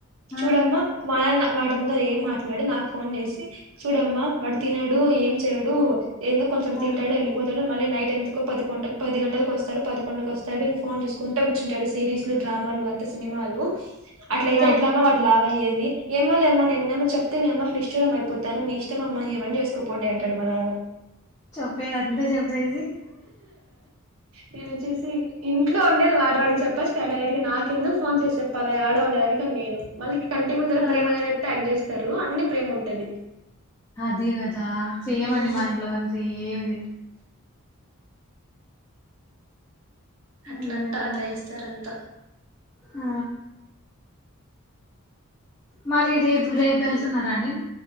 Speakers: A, on the left (about 15°); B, on the right (about 70°).
A: ఆ
B: చూడమ్మా మన వాడి ముందర ఏం మాట్లాడు నాకు ఫోన్ చేసి చూడమ్మా వాడు తినడు ఏం చెయడు ఏందు కొంచెం
A: ఆ
B: తింటడు వెళ్ళిపోతాడు మళ్ళీ నైట్ ఎంత కు పదింట పది గంటలకు వస్తాడు పదకొండుకు వస్తడు ఫోన్ చూసుకుంటా కూర్చుంటాడు సిరీస్ డ్రామాలు అంతా సినిమాలు అట్లయితే
A: ఆ
B: ఎట్లమ్ వా అయేది ఏమో లేమో నేనేమో చెప్తే మీ అమ్మకు నిష్టూరం అయిపోతాను మీ ఇ ఏం అన చేసుకో పోండి అంటాడు మా నాన్న
A: చెప్పేది అంతా చెప్పేసి
B: నేను వచ్చేసి ఇంట్లో ఉండేది వాటి వాడికి చెప్పచ్చుడైరెట్ గా నాకు ఎన్న ఫోన్ చేసి చెప్పాల ఆడో ఉండ దా నేను మళ్ళీ కంటి ముందుర
A: ఆ
B: ప్రేమ లేనట్టు యాక్ట్ చేస్తారు అన్ని ప్రేమ ఉంటది
A: అదే కదా సేమ్
B: ఉమ్
A: అండి మా ఇంట్లో కాని సేమ్ ఇది
B: అట్లా
A: అయ్యా
B: అంట అట్లా చేస్తారంట
A: ఆ మరి రేపు రేపు వెళ్తున్నరండి